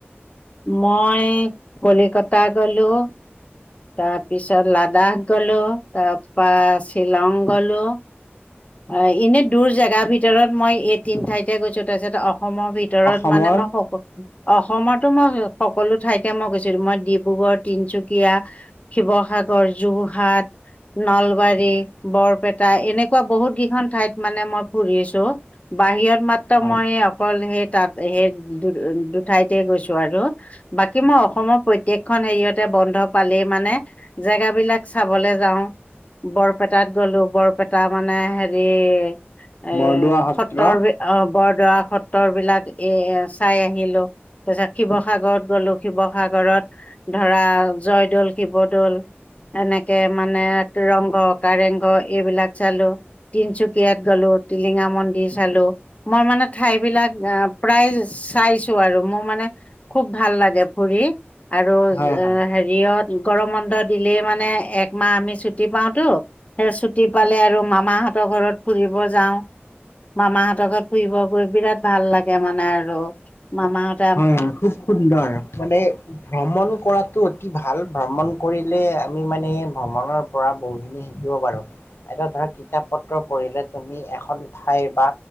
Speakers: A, on the left; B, on the left.
A: মই কলিকতা গলোঁ। তাৰ পিছত লাডাখ গ'লোঁ, তাৰ পৰা শ্বিলং গ'লোঁ। অ', এনে দূৰ জোগাৰ ভিতৰত মই এই তিন ঠাইতে গৈছোঁ, তাৰপিছতে অসমৰ ভিতৰত ভিতৰত
B: অসমৰ
A: মানে মই স <unintelligible> অসমতো মই সকলো ঠাইতে মই গৈছিলোঁ, মই ডিব্ৰুগড়, তিনচুকীয়া শিৱসাগৰ, যোৰহাট, নলবাৰী, বৰপেটা, এনেকুৱা বহুত খন ঠাইত মানে মই ফুৰি আহিছোঁ। বাহিৰত মাত্ৰ
B: হয়
A: মই, অকল সেই তাত সেই দু দুঠাইতে গৈছোঁ। আৰু বাকী মই অসমৰ প্ৰত্যেকখন হেৰিয়তে বন্ধ পালেই মানে, জেগাবিলাক চাবলৈ যাওঁ। বৰপেটাত গলোঁ। বৰপেটা মানে হে, এ
B: বৰদোৱা সত্ৰ
A: ফতৰ <unintelligible> অ', বৰদোৱা সত্ৰৰ বিলাক এ চাই আহিলোঁ। তাপিছত শিৱসাগৰত গ'লো, শিৱসাগৰত ধৰা, জয়দৌল, শিৱদৌ'ল এনেকে মানে ৰংঘৰ কাৰেংঘৰ এইবিলাক চালোঁ। তিনচুকীয়াত গলোঁ, টিলিঙা মন্দিৰ চালোঁ। মই মানে ঠাইবিলাক আহ' প্ৰায় চাইছোঁ আৰু মোৰ মানে খুব ভাল লাগে ফুৰি আৰু
B: হয় হয়
A: হেৰি হেৰিয়ত, গৰম বন্ধ দিলেই মানে একমাহ আমি ছুটি পাওঁটো। সেই ছুটি পালে আৰু মামাহঁতৰ ঘৰত ফুৰিব যাওঁ। মামাহঁতৰ ঘৰত ফুৰিব গৈ বিৰাট ভাল লাগে মানে আৰু, মামাহত
B: হয়, হয়, খুব সুন্দৰ। মানে ভ্ৰমণ কৰাটো অ তি ভাল ভ্ৰমণ কৰিলে আমি মানে ভ্ৰমণৰ পৰা বহুখিনি শিকিব পাৰোঁ। এতিয়া ধৰা কিতাপ পত্ৰ পঢ়িলে তুমি এখন ঠাইৰ বা